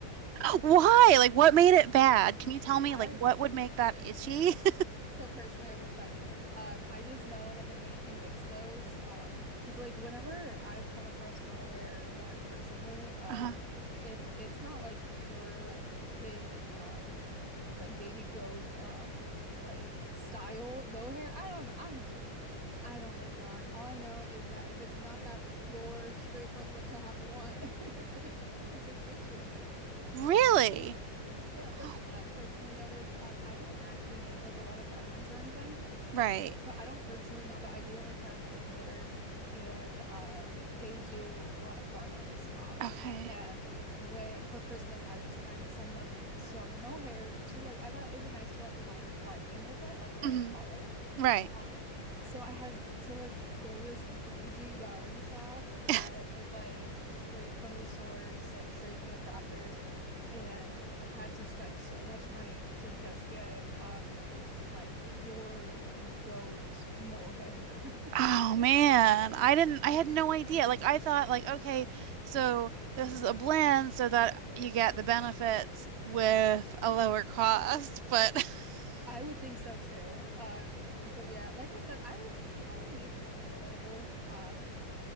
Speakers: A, on the right; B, on the right.
A: <gasps> Why? Like, what made it bad? Can you tell me,
B: I
A: like, what would make that itchy? <laughs>
B: so personally, I wish I knew. Um, I just know that the minute you mix those, um, because like whenever I've come across mohair yarn personally, um,
A: Uh-huh.
B: if it's not like pure like kid, um, like baby goat, um, like style mohair, I don't, I'm, I don't make yarn. All I know is that if it's not that pure, straight from the tap one, <laughs> it, it gets itchy.
A: Really?
B: Yeah,
A: <gasps>
B: that's just what I've personally noticed. Um, I don't actually make like a lot of garments or anything.
A: Right.
B: So I don't personally know, but I do have a friend that's a knitter and um they do a lot of garments. Um
A: Okay.
B: and when for Christmas I was trying to send them some mohair to like I thought it'd be nice to like line a cardigan with it, like around
A: Mhm.
B: the collar.
A: Right.
B: Um, so I had to like go to this bougie yarn shop that
A: <laughs>
B: was like straight from the source, like straight from the crafters, and I had to spend so much money to just get um like pure goat mohair. <laughs>
A: Oh man, I didn't I had no idea. Like I thought like okay, so this is a blend so that you get the benefits with a lower cost, but <laughs>
B: I would think so too. Um, but yeah, like I said, I I've only made one wearable. Um,